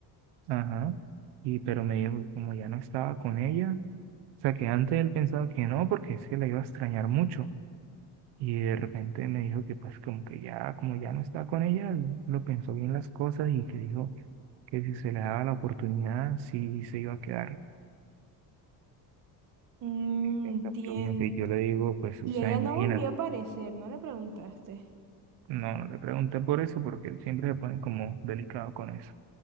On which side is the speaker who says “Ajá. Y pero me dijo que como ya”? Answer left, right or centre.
Right